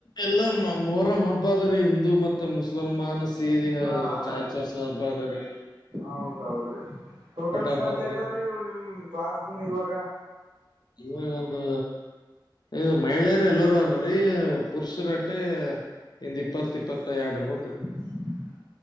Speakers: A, on the left; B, on the right.
A: ಎಲ್ಲಾ ಮೊರಹಂ ಹಬ್ಬ ಅದರಿ ಹಿಂದೂ ಮತ್ತೆ ಮುಸ್ಲಿಂ ಮಾನಸ ಈ ದಿನ
B: ಹಾ
A: ಚಾರ್ ಚರ್ಸ ಹಬ್ಬ ಅದ್ರೀ
B: ಹೌದೌದ್ರಿ ಟೋಟಲ್ ಸ್ಟ್ರಂತ್
A: ಹಬ್ಬ ಅದರಿ
B: ಹೇಟದ್ರಿ ನಿಮ್ ಕ್ಲಾಸ್ನ್ ಇವಾಗ.
A: ಇವಾಗ ಒಂದೂ ಇದು ಮಹಿಳೆಯರು ಎಲ್ಲರೂ ಅವ್ರೆ ರೀ ಪುರುಷರಟ್ಟೆ ಇಂದ್ ಇಪ್ಪತ್ತು ಇಪ್ಪತ್ತೈ ಎರಡ್ ಗ್ರೂಪ್ ಇರತ್ತೈದ್
B: <unintelligible>
A: ರೀ.